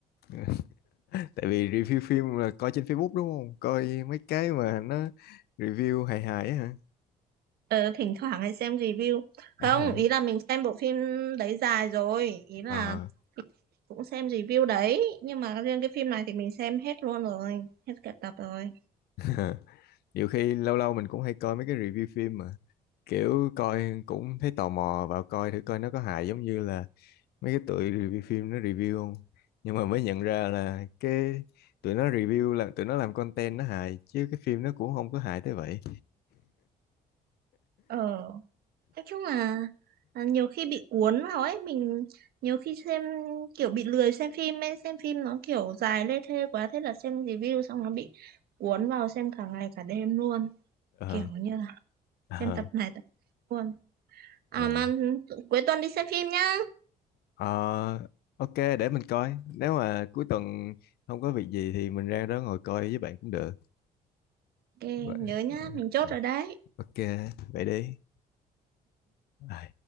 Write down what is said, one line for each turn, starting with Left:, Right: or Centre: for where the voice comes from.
Left: <laughs> Tại vì review phim là coi trên Facebook đúng không? Coi mấy cái mà nó review hài hài á hả?
Right: ờ, thỉnh thoảng hay xem review không
Left: Ờ,
Right: ý là mình xem bộ phim đấy dài rồi ý là
Left: ờ.
Right: cũng xem review đấy nhưng mà riêng cái phim này thì mình xem hết luôn rồi hết cả tập rồi
Left: <laughs> nhiều khi lâu lâu mình cũng hay coi mấy cái review phim mà kiểu coi cũng thấy tò mò vào coi thử coi nó có hài giống như là mấy cái tụi review phim nó review không nhưng mà mới nhận ra là cái tụi nó review là tụi nó làm content nó hài chứ cái phim nó cũng không có hài tới vậy
Right: ờ nói chung là, là nhiều khi bị cuốn vào ấy mình nhiều khi xem kiểu bị lười xem phim ấy xem phim nó kiểu dài lê thê quá thế là xem review xong nó bị cuốn vào xem cả ngày cả đêm luôn
Left: ờ
Right: kiểu như là
Left: ờ
Right: xem tập này tập khác luôn à
Left: ờ
Right: mà ừ, cuối tuần đi xem phim nhá
Left: Ờ, ok để mình coi nếu mà cuối tuần không có việc gì thì mình ra đó ngồi coi với bạn cũng được
Right: ok
Left: Vậy-
Right: nhớ nhá
Left: ờ,
Right: mình chốt
Left: ờ,
Right: rồi đấy
Left: ok vậy đi Ờ.